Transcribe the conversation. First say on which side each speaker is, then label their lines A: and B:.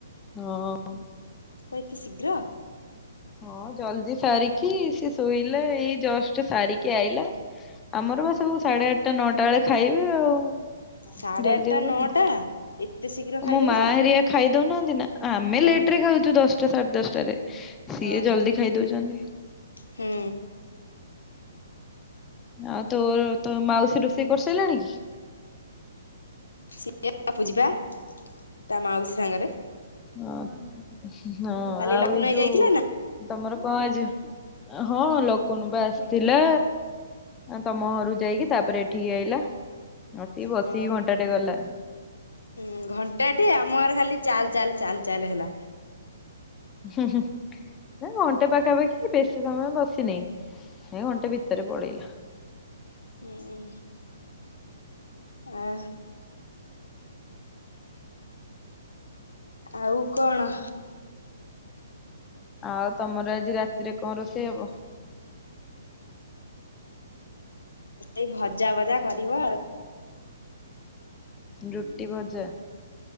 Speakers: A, on the left; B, on the left.
A: ହଁ।
B: କଣ ଏତେ ଶୀଘ୍ର?
A: ହଁ ଜଲଦି ସାରିକି ସେ ଶୋଇଲା ଏଇ ଜଷ୍ଟ୍ ସାରିକି ଆଇଲା। ଆମର ପା ସବୁ ସାଢେ ଆଠଟା ନଅଟା ବେଳେ ଖାଇବେ ଆଉ
B: ସାଢେ
A: ଜଲଦି
B: ଆଠଟା
A: ହବନି।
B: ନଅଟା ଏତେ ଶୀଘ୍ର ଖାଇଦଉଛ?
A: ମୋ ମା ହେରିଆ ଖାଇ ଦଉନାହାନ୍ତି ନା ଆମେ ଲେଟ୍
B: ଓ ତମ
A: ରେ ଖାଉଚୁ ଦଶଟା ସାଢେ ଦଶଟାରେ। ସିଏ
B: ଓହୋ
A: ଜଲ୍ଦି ଖାଇ ଦଉଚନ୍ତି।
B: ହୁଁ।
A: ଆଉ ତୋର ତୋ ମାଉସୀ ରୋଷେଇ କରିସାରିଲାଣି କି?
B: ସିଏ ଗପୁଚି ପା ତା ମାଉସି ସାଙ୍ଗରେ।
A: ହଁ ହଁ
B: କାଲି
A: ଆଉ
B: ଲକୁନୁ
A: ଏ
B: ଭାଇ
A: ଯୋଉ
B: ଯାଇଥିଲା ନା
A: ତମର କଣ ଆଜି ହଁ ଲୋକନୁ ପା ଆସିଥିଲା। ଆ ତମ ଘରୁ ଯାଇକି ତାପରେ ଏଠିକି ଆଇଲା ଆସିକି ବସିକି
B: ହଁ
A: ଘଣ୍ଟାଟେ ଗଲା।
B: ହୁଁ ଘଣ୍ଟା ଟେ ଆମଘରେ ଖାଲି ଚାଲ୍ ଚାଲ୍ ଚାଲ୍ ଚାଲ ହେଲା।
A: ହୁଁ ହୁଁ। ଏଁ ଘଣ୍ଟେ ପାଖାପାଖି ବେଶୀ ସମୟ ବସିନି ଏଁ ଘଣ୍ଟେ ଭିତରେ ପଳେଇଲା।
B: ହୁଁ ଆ ଆଉ କଣ?
A: ଆଉ ତମର ଆଜି ରାତିରେ କଣ ରୋଷେଇ ହବ?
B: ଏଇ ଭଜା ଭଜା କରିବ।
A: ରୁଟି ଭଜା